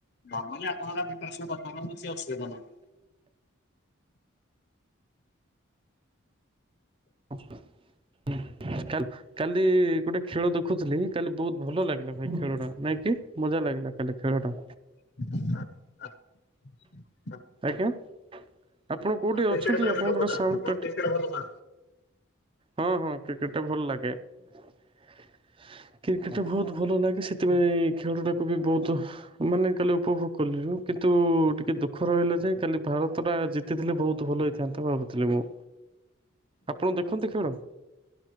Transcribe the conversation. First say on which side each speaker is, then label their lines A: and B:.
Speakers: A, on the left (about 55°); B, on the right (about 25°).
A: ନର୍ମାଲି ଆପଣ ଗୋଟେ ପ୍ରିପେୟରସନ କରିଦଉନାହାନ୍ତି କିଛି ଅସୁବିଧା ନାହିଁ।
B: କଲ <unintelligible> କାଲି ଗୋଟେ ଖେଳ ଦେଖୁଥିଲି କାଲି ବହୁତ ଭଲ ଲାଗିଲା ଭାଇ ଖେଳ ଟା ନାଇଁ କିି ମଜା ଲାଗିଲା କାଲି ଖେଳ ଟା।
A: <unintelligible>
B: ଆଜ୍ଞା ଆପଣ କୋଉଠି
A: ଆପଣ କ୍ରିକେଟ
B: ଅଛନ୍ତି
A: ପ୍ରେମୀ
B: ଆପଣଙ୍କର
A: ଲୋକଟା
B: ସାଉଣ୍ଡ
A: ଆପଣ କ୍ରିକେଟ
B: ଟା
A: ଭଲ ପାଆନ୍ତି
B: ହଁ ହଁ କ୍ରିକେଟ ଟା ଭଲ ଲାଗେ କ୍ରିକେଟ ଟା ବହୁତ ଭଲ ଲାଗେ ସେ ସେଥିପାଇଁ ଖେଳଟାକୁ ବି ବହୁତ ମାନେ କାଲି ଉପଭୋଗ କଲିୁ କିନ୍ତୁ ଟିକେ ଦୁଃଖ ଦୁଃଖ ରହିଲା ଯେ କାଲି ଭାରତଟା ଜିତିଥିଲେ ବହୁତ ଭଲ ହେଇଥାନ୍ତା ଭାବୁଥିଲି ମୁଁ। ଆପଣ ଦେଖନ୍ତି ଖେଳ?